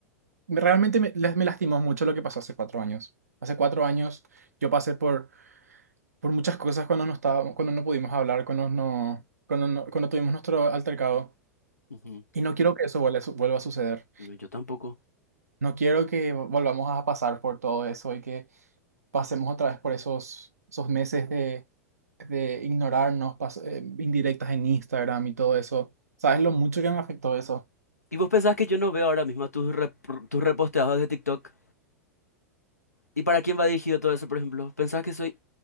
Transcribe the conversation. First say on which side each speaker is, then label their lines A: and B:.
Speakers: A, on the right; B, on the left.
A: realmente me, las- me lastimó mucho lo que pasó hace cuatro años. Hace cuatro años yo pasé por, por muchas cosas cuando no estaba, cuando no pudimos hablar, cuando no, cuando no- cuando tuvimos nuestro altercado.
B: Ujú,
A: Y no quiero que eso vuelva, a su- vuelva a suceder.
B: No, yo tampoco.
A: No quiero que volvamos a pasar por todo eso y que pasemos otra vez por esos, esos meses de, de ignorarnos, pas- eh, indirectas en Instagram y todo eso. ¿Sabes lo mucho que me afectó eso?
B: ¿Y vos pensás que yo no veo ahora mismo tus, rep- tus reposteados de TikTok? ¿Y para quién va dirigido todo eso, por ejemplo? ¿Pensás que soy,